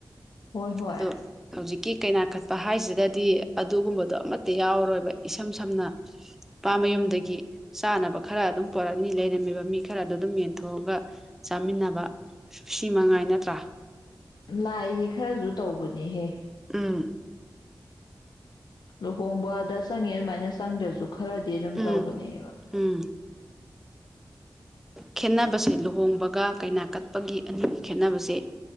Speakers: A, on the left; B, in the centre.
A: ꯍꯣꯏ ꯍꯣꯏ
B: ꯑꯗꯣ ꯍꯧꯖꯤꯛꯀꯤ ꯀꯩꯅꯥꯀꯠꯄ ꯍꯥꯏꯁꯤꯗꯗꯤ ꯑꯗꯨꯒꯨꯝꯕꯗꯣ ꯑꯃꯠꯇ ꯌꯥꯎꯔꯣꯏꯕ ꯏꯁꯝ ꯁꯝꯅ ꯅꯨꯄꯥ ꯃꯌꯨꯝꯗꯒꯤ ꯆꯥꯅꯕ ꯈꯔ ꯑꯗꯨꯝ ꯄꯣꯔꯛꯅꯤ ꯂꯩꯔꯝꯃꯤꯕ ꯃꯤ ꯈꯔꯗ ꯑꯗꯨꯝ ꯌꯦꯟꯊꯣꯛꯑꯒ ꯆꯥꯃꯤꯟꯅꯕ ꯁꯤ ꯃꯉꯥꯏ ꯅꯠꯇ꯭ꯔ
A: ꯂꯥꯏꯒꯤ ꯈꯔꯁꯨ ꯇꯧꯕꯅꯦꯍꯦ
B: ꯎꯝ
A: ꯂꯨꯍꯣꯡꯕꯗ ꯆꯪꯉꯤ ꯑꯗꯨꯃꯥꯏꯅ ꯆꯪꯗ꯭ꯔꯁꯨ ꯈꯔꯗꯤ ꯑꯗꯨꯝ
B: ꯎꯝ
A: ꯇꯧꯕꯅꯦꯕ
B: ꯎꯝ ꯈꯦꯠꯅꯕꯁꯦ ꯂꯨꯍꯣꯡꯕꯒ ꯀꯩꯅꯥ ꯀꯠꯄꯒꯤ ꯑꯅꯤꯒꯤ ꯈꯦꯠꯅꯕꯁꯦ